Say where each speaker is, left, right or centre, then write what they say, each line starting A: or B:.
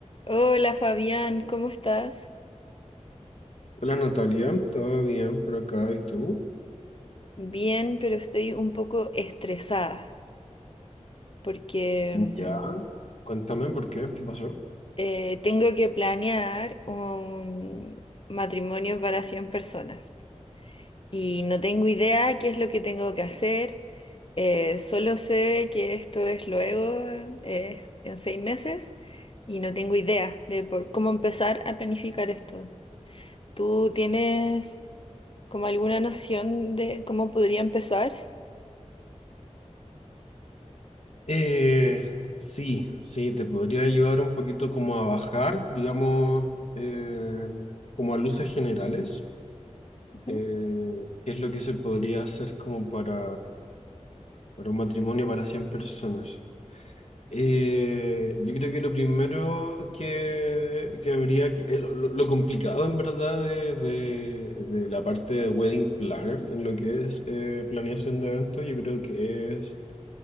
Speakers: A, on the left; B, on the left.
A: Hola Fabián, ¿cómo estás?
B: Hola Natalia, ¿todo bien por acá? ¿Y tú?
A: Bien, pero estoy un poco estresada porque mm,
B: Ya, cuéntame por qué, ¿qué pasó?
A: eh, tengo que planear un matrimonio para 100 personas y no tengo idea qué es lo que tengo que hacer, eh, solo sé que esto es luego, eh, en seis meses, y no tengo idea de por cómo empezar a planificar esto. ¿Tú tienes como alguna noción de cómo podría empezar?
B: Eh, sí, sí, te podría ayudar un poquito como a bajar, digamos, eh, como a luces generales,
A: Ujú,
B: eh, qué es lo que se podría hacer como para, para un matrimonio para cien personas. Eh, yo creo que lo primero que, que habría que, eh, lo, lo- lo complicado en verdad de, de- de la parte de wedding planner en lo que es eh, planeación de eventos, yo creo que es,